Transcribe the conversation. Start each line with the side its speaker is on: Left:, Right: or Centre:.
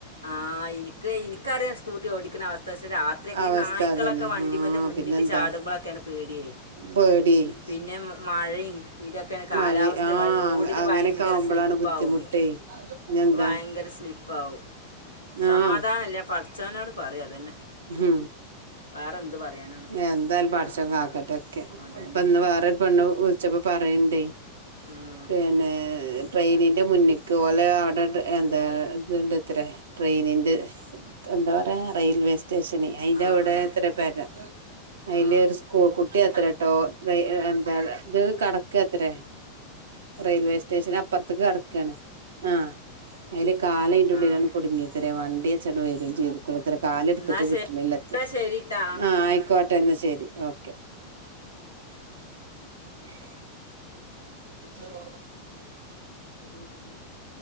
Left: ആഹ എനിക്ക് എനിക്കറിയാം സ്കൂട്ടി ഓടിക്കുന്ന അവസ്ഥ പക്ഷേ രാ <unintelligible>
Right: അവസ്ഥ
Left: ഈ നായ്ക്കളൊക്കെ
Right: അതന്നെ
Left: വണ്ടിമന്റെ
Right: ആഹ്
Left: മുന്നിക്ക്
Right: പിന്നെന്താ
Left: ചാടുമ്പോ ബക്കെയാണ് പേടിയേ
Right: പേടി
Left: പിന്നെ മഴയും ഇതെക്കെണ് കാലാവസ്ഥ
Right: മഴ ആഹ്
Left: റോഡിൽ
Right: അങ്ങനെയൊക്കെ
Left: ഭയങ്കര
Right: ആവുമ്പളാണ്
Left: സ്ലിപ്പ്
Right: ബുദ്ധിമുട്ടേ
Left: ആവും
Right: പിന്നെന്താ
Left: ഭയങ്കര സ്ലിപ്പ് പ്പാവും സമാധാനല്ല
Right: ആഹ്
Left: പഠിച്ചോനോട് പറയാ അതന്നെ
Right: ഉം
Left: വേറെ എന്ത് പറയാനാണ്
Right: എന്തായാലും പടച്ചോന് കാക്കട്ടെ ഒക്കെ
Left: അതന്നെ
Right: ഇപ്പ ഇന്ന് വേറെ പെണ്ണ് വിളിച്ചപ്പോ പറയ്ണ്ടേ
Left: ഉം.
Right: പിന്നെ ട്രെയിനിന്റെ മുന്നിക്ക് ഒലെ അവിടെ എന്താ ഇണ്ട്ത്ര ട്രെയിനിന്റെ എന്താ പറയാ റെയിൽവേസ് സ്റ്റേഷന് അയിന്റെ
Left: ആ
Right: അവിടെ
Left: ആ
Right: എത്ര പേര അയില്
Left: ആ
Right: ഒരു സ്കൂൾ കുട്ടി എത്ര കേട്ടോ എന്താ ഇത് കടക്കത്രേ റെയിൽവേ സ്റ്റേഷൻ അപ്പർത്തക്ക് കെടക്കാണ് ആഹ് അയില് കാലയിൻ്റുള്ളിലാണ്
Left: ആ
Right: കുടുങ്ങിത്രേ വണ്ടിയെച്ചാണ്ട് വെരും ചെയ്തു <unintelligible> കാലെടുത്തിട്ട്
Left: എന്നാ ശരി
Right: കിട്ടണില്ലത്രേ
Left: എന്നാ ശരിട്ടാ
Right: ആഹ് ആയിക്കോട്ടെ ഇന്നാശരി ഓക്കെ അ <unintelligible> <unintelligible> <unintelligible>